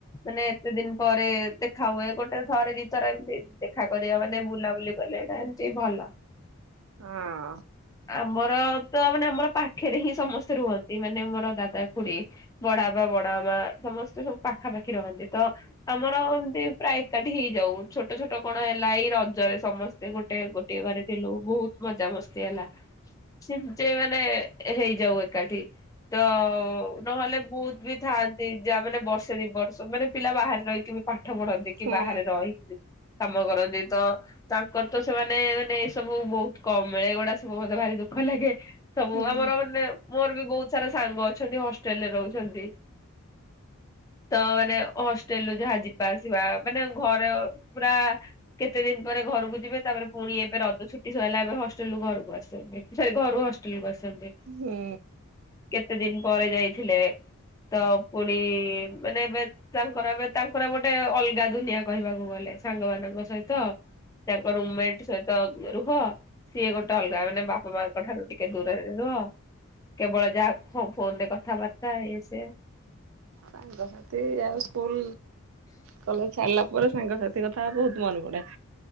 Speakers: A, on the left; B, on the right.
A: ମାନେ ଏତେ ଦିନ ପରେ ଦେଖା ହୁଏ, ଗୋଟେ ଥରେ ଦିଥର ଏମିତି ଦେଖା କରିବା ମାନେ ବୁଲାବୁଲି କଲେ ଏଇଟା ଏମତି ଭଲ।
B: ହଁ।
A: ଆମର ତ ମାନେ ଆମର ପାଖରେ ହିଁ ସମସ୍ତେ ରୁହନ୍ତି ମାନେ ମୋର ଦାଦା ଖୁଡି ବଡା ବାପା ବଡା ମା ସମସ୍ତେ ସବୁ ପାଖାପାଖି ରହନ୍ତି। ତ ଆମର ଏମିତି ପ୍ରାୟ ଏକାଠି ହେଇଯାଉ ଛୋଟ ଛୋଟ କଣ ହେଲା ଏଇ ରଜରେ ସମସ୍ତେ ଗୋଟେ ଗୋଟିଏ ଘରେ ଥିଲୁ ବହୁତ ମଜା ମସ୍ତି ହେଲା। ସିମ ଯେ ମାନେ ହେଇଯାଉ ଏକାଠି। ତ ନହେଲେ ବହୁତ ବି ଥାଆନ୍ତି ଯାହା ମାନେ ବର୍ଷେ ଦି ବର୍ଷ ମାନେ ପିଲା ବାହାରେ ରହିକି ବି ପାଠ ପଢନ୍ତି କି
B: ହୁଁ
A: ବାହାରେ ରହି କାମ କରନ୍ତି ତ ତାଙ୍କର ତ ସେମାନେ ମାନେ ଏ ସବୁ ବହୁତ କମ ମିଳେ ଏଗୁଡା ସବୁ ମତେ ଭାରି ଦୁଃ ଖ ଲାଗେ ସବୁ
B: ହୁଁ
A: ଆମର ମାନେ ମୋର ବି ବହୁତ ସାରା ସାଙ୍ଗ ଅଛନ୍ତି ହଷ୍ଟେଲରେ ରହୁଛନ୍ତି। ତ ମାନେ ହଷ୍ଟେଲ ରୁ ଯାହା ଯିବା ଆସିବା ମାନେ ଘରେ ପୁରା କେତେ ଦିନ ପରେ ଘରକୁ ଯିବେ ତାପରେ ପୁଣି ଏବେ ରଜ ଛୁଟି ସଇଲା ଏବେ ହଷ୍ଟେଲରୁୁ ଘରକୁ ଆସିବେ। ସରି ଘରୁ ହଷ୍ଟେଲକୁ ଆସନ୍ତି
B: ହୁଁ।
A: କେତେ ଦିନ ପରେ ଯାଇଥିଲେ। ତ ପୁଣି ମାନେ ଏବେ ତାଙ୍କର ଏବେ ତାଙ୍କର ଗୋଟେ ଅଲଗା ଦୁନିଆ କହିବାକୁ ଗଲେ ସାଙ୍ଗ ମାନଙ୍କ ସହିତ। ତାଙ୍କ ରୁମମେଟ ସହିତ ରୁହ ସିଏ ଗୋଟେ ଅଲଗା ମାନେ ବା ପା ମାଆଙ୍କଠାରୁ ଟିକେ ଦୂରରେ ରୁହ। କେବଳ ଯାହା ଫୋ ଫୋନ ରେ କଥାବାର୍ତ୍ତା ଇଏ ସେ।
B: ସାଙ୍ଗସାଥି ଆଉ ସ୍କୁଲ କଲେଜ ଛଡ଼ିଲା ମୋର ସାଙ୍ଗସାଥି କଥା ବହୁତ ମନେ ପଡେ।